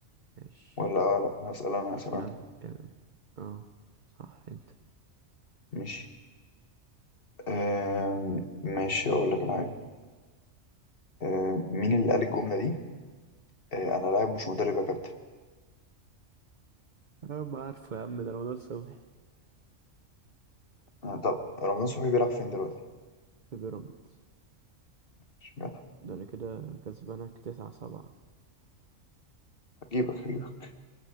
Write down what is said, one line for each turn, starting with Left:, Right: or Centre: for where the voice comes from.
Right: ماشي
Left: ولا آه لا هسأل أنا هسأل
Right: يا
Left: أنا
Right: عم يا عم. اه صح انت
Left: ماشي آه ماشي أقول لك على حاجة آه مين اللي قال الجملة دي؟ آه أنا لاعب مش مدرب يا كابتن
Right: انا ما عارفه يا عم ده رمضان صبحي
Left: آه، طب رمضان صبحي بيلعب فين دلوقتي؟
Right: في بيراميدز
Left: اشمعنى؟
Right: ده انا كده كسبانك تسعة سبعة
Left: هجيبك هجيبك